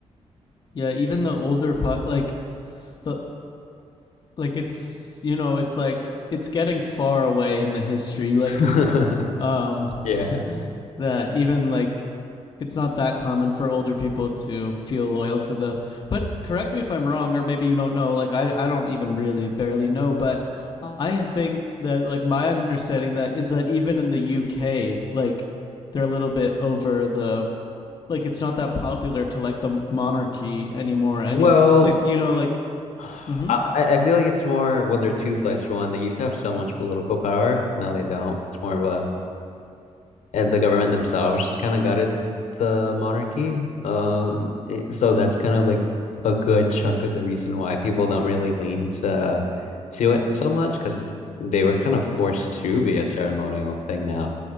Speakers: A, on the left; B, on the left.
A: yeah even the older po- like the like it's you know it's like it's getting far away in the history like
B: <laughs>
A: um
B: Yeah.
A: that even like it's not that common for older people to feel loyal to the but correct me if i'm wrong or maybe you don't know like i i don't even really barely know but i think that like my understanding that is that even in the uk like they're a little bit over the like it's not that popular to like the monarchy anymore any
B: Well,
A: like you know like
B: I,
A: mhm
B: I I feel like it's more, well, they're toothless for one. They used to have so much political power. Now they don't. It's more of and the government themselves just kind of gutted the monarchy. Um, it- so that's kind of like a good chunk of the reason why people don't really lean to to it so much because they were kind of forced to be a ceremonial thing now.